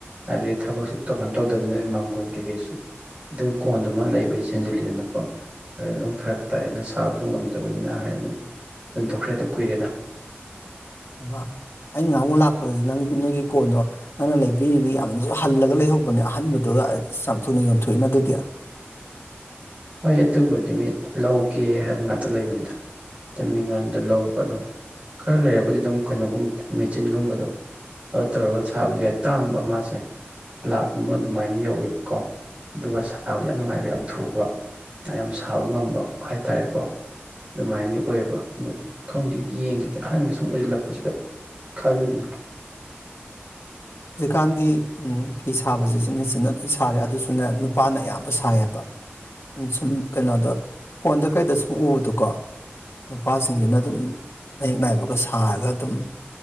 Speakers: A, on the right (about 30°); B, on the left (about 85°).
A: ꯍꯥꯏꯕꯗꯤ ꯊꯕꯛꯁꯨ ꯇꯧꯍꯟ ꯇꯧꯗꯕꯅꯤꯅ ꯃꯥꯡꯒꯣꯟ ꯀꯩꯀꯩꯁꯨ ꯑꯗꯨꯝ ꯀꯣꯟꯗꯨ ꯃ ꯂꯩꯕꯩ ꯆꯦꯟꯖꯤꯜꯂꯤꯗꯅꯀꯣ ꯑꯗꯨꯅ ꯐꯔꯛꯇꯥꯏꯅ ꯁꯥꯕꯁꯨ ꯉꯝꯗꯕꯅꯤꯅ ꯍꯥꯏꯅ ꯑꯗꯨꯝ ꯌꯣꯟꯇꯣꯛꯈ꯭ꯔꯦꯗ ꯀꯨꯏꯔꯦꯗ
B: ꯏꯃ ꯑꯩꯅ ꯉꯍꯥꯟꯃꯨꯛ ꯂꯥꯛꯄꯗꯗꯤ ꯅꯪꯒꯤ ꯅꯣꯏꯒꯤ ꯀꯣꯟꯗꯣ ꯅꯪꯅ ꯂꯩꯕꯤꯔꯤꯅꯤ ꯌꯥꯝꯅꯁꯨ ꯍꯜꯂꯒ ꯂꯩꯍꯧꯕꯅꯦ ꯑꯍꯟꯕꯗꯨꯒ ꯑꯁ ꯌꯥꯝ ꯊꯨꯅ ꯌꯣꯟꯊꯣꯛꯏꯅ ꯑꯗꯨꯗꯤ
A: ꯍꯣꯏ ꯑꯗꯨꯕꯨꯗꯤ ꯃꯤꯠ ꯂꯧꯒꯦ ꯍꯥꯏꯕ ꯉꯥꯛꯇ ꯂꯩꯕꯅꯤꯗ ꯇꯃꯤꯉꯣꯟꯗ ꯂꯧꯕꯗꯣ ꯈꯔ ꯂꯩꯔꯕꯗꯤ ꯑꯗꯨꯝ ꯀꯩꯅꯣꯒꯨꯝꯕꯗ ꯃꯦꯆꯤꯟꯒꯨꯝꯕꯗꯣ ꯑꯗꯨ ꯇꯧꯔꯒ ꯁꯥꯕꯗꯤ ꯌꯥꯏ ꯇꯥꯡꯕ ꯃꯥꯁꯦ ꯂꯥꯛ ꯑꯃ ꯑꯗꯨꯃꯥꯏꯅ ꯌꯧꯋꯦꯕꯀꯣ ꯑꯗꯨꯒ ꯁꯥꯕꯁꯦ ꯌꯥꯝ ꯅꯨꯡꯉꯥꯏꯕ ꯌꯥꯝ ꯊꯨꯕ ꯌꯥꯝ ꯁꯥꯕ ꯉꯝꯕ ꯍꯥꯏꯇꯥꯔꯦꯀꯣ ꯑꯗꯨꯃꯥꯏꯅꯗꯤ ꯑꯣꯏꯌꯦꯕ ꯑꯗꯣ ꯈꯪꯗꯦ ꯌꯦꯡꯒꯦ ꯑꯍꯟꯒ ꯁꯨꯝ ꯑꯣꯏꯁꯤꯜꯂꯛꯄꯁꯤꯗ ꯈꯜꯂꯤ
B: ꯍꯧꯖꯤꯛꯀꯥꯟꯗꯤ ꯐꯤ ꯁꯥꯕꯁꯤꯁꯨꯅꯦ ꯃꯦꯆꯤꯟꯅ ꯂꯣꯏ ꯁꯥꯔꯦ ꯑꯗꯨꯁꯨꯅꯦ ꯅꯨꯄꯥꯅ ꯑꯌꯥꯝꯕ ꯁꯥꯏꯌꯦꯕ ꯁꯨꯝ ꯀꯩꯅꯣꯗ ꯐꯣꯟꯗ ꯀꯩꯗ ꯁꯨꯝ ꯎꯕꯗꯨꯀꯣ ꯅꯨꯄꯥꯁꯤꯡꯁꯤꯅ ꯑꯗꯨꯝ ꯃꯌꯦꯛ ꯅꯥꯏꯕꯒ ꯁꯥꯔꯒ ꯑꯗꯨꯝ